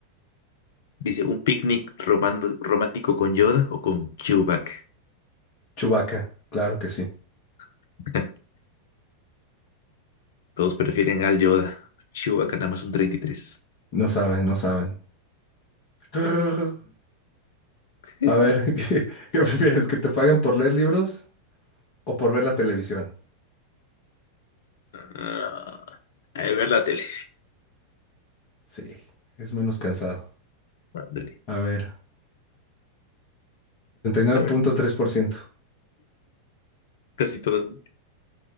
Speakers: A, on the left; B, on the left.
A: Dice, ¿un picnic romando- romántico con Yoda o con Chewbacca?
B: Chubaca, claro que sí.
A: <laughs> Todos prefieren al Yoda. Chewbacca nada más un 33.
B: No saben, no saben. Grrr.
A: <laughs>
B: A ver, <laughs> ¿qué, qué prefieres? ¿Que te paguen por leer libros o por ver la televisión?
A: Ah, A ver la tele.
B: Sí, es menos cansado.
A: Ándale.
B: A ver, 69.3%.
A: A ver, casi todas. ¿no?